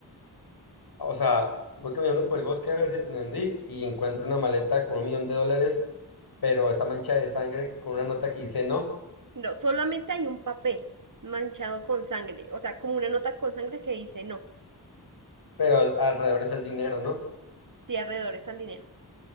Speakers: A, on the left; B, on the right.
A: O sea, voy caminando por el bosque a ver si te entendí y encuentro una maleta con un millón de dólares, pero esta mancha de sangre con una nota que dice no,
B: No, solamente hay un papel manchado con sangre, o sea, como una nota con sangre que dice no,
A: pero alrededor es el dinero, ¿no?
B: cierre alrededor al dinero.